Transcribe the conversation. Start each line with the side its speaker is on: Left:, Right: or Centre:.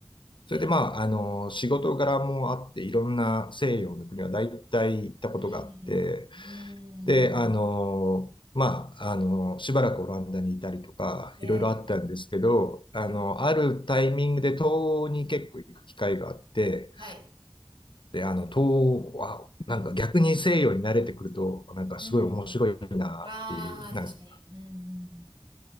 Right: へ、
Left: それでまあ、あの、仕事柄もあって、いろんな西洋の国は大体行ったことがあって、
Right: うん、うん。
Left: で、あの、まあ、あの、しばらくオランダにいたりとか、
Right: へえ、
Left: いろいろあったんですけど、あの、
Right: うん
Left: あるタイミングで東欧に結構行く機会があって、
Right: はい。
Left: で、あの、東欧は、なんか逆に西洋に慣れてくると、なんかすごい面白いなっていう、
Right: うん。ああ、
Left: なんか
Right: 確かに。うん、うん。うん